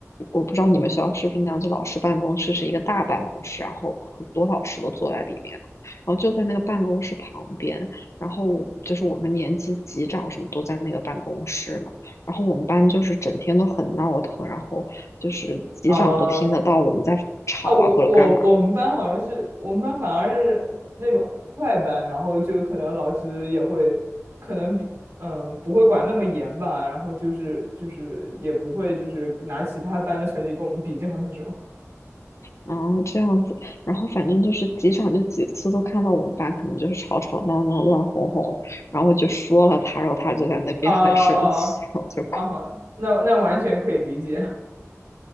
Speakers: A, on the left; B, on the right.
A: 我不知道你们学校是不是那样，子，老师办公室是一个大办公室，然后很多老师都坐在里面了然后就在那个办公室旁边，然后我就是我们年级级长什么都在那个办公室嘛，然后我们班就是整天都很闹腾，然后就是级长都听得到我们在吵啊或者干嘛。
B: 啊。啊，我我我们班好像是我们班反而是那种快班，然后就可能老师也会，可能比嗯不会管那么严吧，然后就是就是也不会就是拿其他班的成绩跟我们比较那种。<laughs>
A: 哦，这样子，然后反正就是几场，就几次都看到我们班可能就是吵吵闹闹、乱哄哄的，然后我就说了他，然后他就在那边很生气，
B: 哦哦哦，
A: <laughs> 然后我就哭。
B: 啊哈，那那完全可以理解。